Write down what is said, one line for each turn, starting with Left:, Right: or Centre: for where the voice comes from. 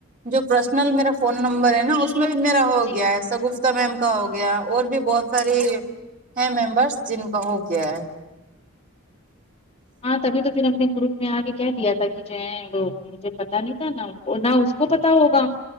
Right: جو پرسنل میرا فون نمبر ہے نا اس میرا ہو
Left: جی
Right: گیا ہے سگفتہ میم کا ہو گیا اور بھی بہت ساری ہے ممبرس جن کا ہو گیا ہے
Left: ہاں تبھی تو پھر ہم نے گروپ میں ا کے کہہ دیا تھا کہ جو ہیں وہ مجھے پتا نہیں تھا نہ نہ اس کو پتا ہوگا